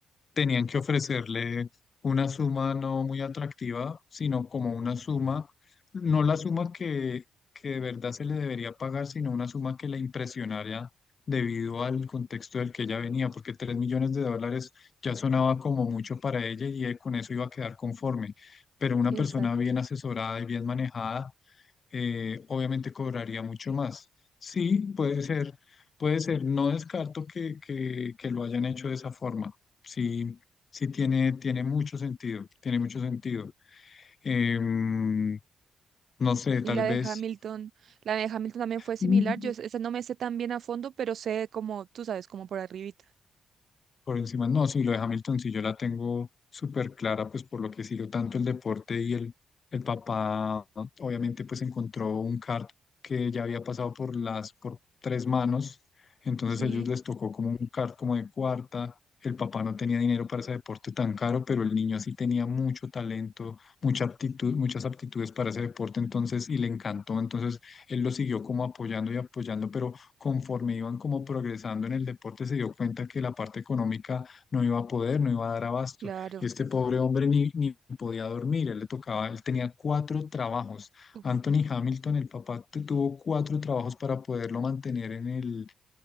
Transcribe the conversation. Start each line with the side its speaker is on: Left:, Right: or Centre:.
Left: tenían que ofrecerle una suma no muy atractiva, sino como una suma, no la suma que, que de verdad se le debería pagar, sino una suma que la impresionara debido al contexto del que ella venía, porque tres millones de dólares ya sonaba como mucho para ella y eh, con eso iba a quedar conforme. Pero una
Right: Exacto.
Left: persona bien asesorada y bien manejada eh, obviamente cobraría mucho más. Sí, puede ser, puede ser, no descarto que, que, que lo hayan hecho de esa forma. Sí, sí tiene, tiene mucho sentido, tiene mucho sentido. Em, no sé,
Right: Y
Left: tal
Right: la de
Left: vez,
Right: Hamilton, la de Hamilton también fue similar,
Left: tal-
Right: yo es- esa no me sé tan bien a fondo, pero sé como, tú sabes, como por arribita.
Left: Por encima, no, sí, lo de Hamilton sí yo la tengo súper clara, pues por lo que sigo tanto el deporte y el, el papá, obviamente, pues encontró un kart que ya había pasado por las, por tres manos, entonces
Right: Sí,
Left: a ellos les tocó como un kart como de cuarta, el papá no tenía dinero para ese deporte tan caro, pero el niño sí tenía mucho talento, mucha aptitud, muchas aptitudes para ese deporte, entonces, y le encantó, entonces él lo siguió como apoyando y apoyando, pero conforme iban como progresando en el deporte, se dio cuenta que la parte económica no iba a poder, no iba a dar abasto.
Right: claro.
Left: Y este pobre hombre ni, ni podía dormir, él le tocaba, él tenía cuatro trabajos.
Right: Uf,
Left: Anthony Hamilton, el papá, tu- tuvo cuatro trabajos para poderlo mantener en el,